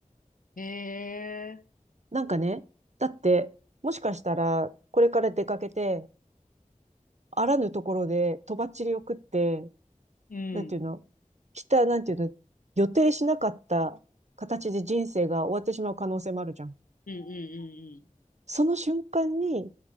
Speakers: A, on the left (about 80°); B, on the right (about 55°).
A: うん。え
B: なんかね、だって、もしかしたら、これから出かけて、あらぬところで、とばっちりを食って、
A: ー。うん。
B: なんていうの、来た、なんていうの、予定しなかった形で人生が終わってしまう可能性もあるじゃん。
A: うんうんうんう
B: その瞬間に、